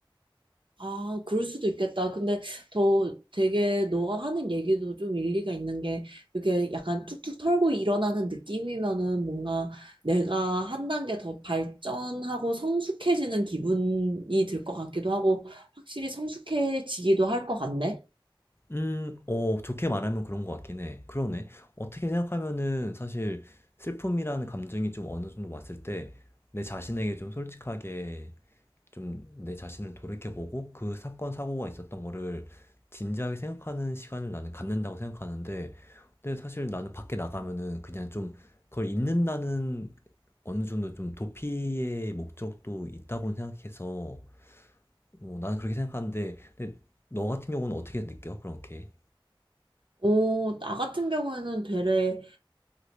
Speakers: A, on the right; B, on the left.
A: 아, 그럴 수도 있겠다. 근데 더 되게 너가 하는 얘기도 좀 일리가 있는 게 이렇게 약간 툭툭 털고 일어나는 느낌이면은 뭔가 내가 한 단계 더 발전하고 성숙해지는 기분이 들 것 같기도 하고 확실히 성숙해지기도 할 것 같네.
B: 음. 어 좋게 말하면 그런 것 같긴 해. 그러네. 어떻게 생각하면은 사실 슬픔이라는 감정이 좀 어느 정도 왔을 때 내 자신에게 좀 솔직하게 좀 내 자신을 돌이켜보고 그 사건, 사고가 있었던 거를 진지하게 생각하는 시간을 나는 갖는다고 생각하는데 근데 사실 나는 밖에 나가면은 그냥 좀 그걸 잊는다는 어느 정도 좀 도피의 목적도 있다고 생각해서 뭐 나는 그렇게 생각하는데 근데 너 같은 경우는 어떻게 느껴? 그렇게.
A: 오, 나 같은 경우에는 되레